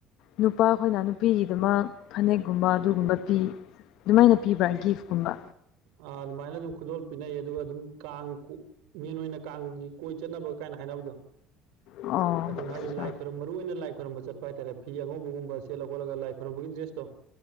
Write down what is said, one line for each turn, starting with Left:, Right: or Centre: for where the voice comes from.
Left: ꯅꯨꯄꯥ ꯈꯣꯏꯅ ꯅꯨꯄꯤꯒꯤꯗꯨꯃꯛ ꯐꯅꯦꯛꯀꯨꯝꯕ ꯑꯗꯨꯒꯨꯝꯕ ꯄꯤ ꯗꯨꯃꯥꯏꯅ ꯄꯤꯕ꯭ꯔꯥ ꯒꯤꯐꯀꯨꯝꯕ
Right: ꯑꯥ ꯑꯗꯨꯃꯥꯏꯅ ꯑꯗꯨꯝ ꯈꯨꯗꯣꯜ ꯄꯤꯅꯩ ꯑꯗꯨꯒ ꯑꯗꯨꯝ ꯀꯥꯡ ꯀꯨ ꯃꯦꯟ ꯑꯣꯏꯅ ꯀꯥꯡꯒꯤ ꯀꯣꯏ ꯆꯠꯅꯕ ꯀꯥꯏꯅ ꯍꯥꯏꯅꯕꯗꯣ
Left: ꯑꯣ
Right: ꯑꯗꯨꯝ
Left: ꯑꯠꯆꯥ
Right: ꯍꯥꯏꯗꯤ ꯂꯥꯏ ꯈꯨ ꯃꯔꯨꯑꯣꯏ ꯂꯥꯏ ꯈꯣꯏꯔꯝꯕ ꯆꯠꯄ ꯍꯥꯏꯇꯥꯔꯦ ꯐꯤ ꯑꯉꯧꯕꯒꯨꯝꯕ ꯁꯦꯜꯂ ꯈꯣꯠꯂ ꯂꯥꯏ ꯈꯣꯏꯔꯝꯕꯒꯤ ꯗ꯭ꯔꯦꯁꯇꯣ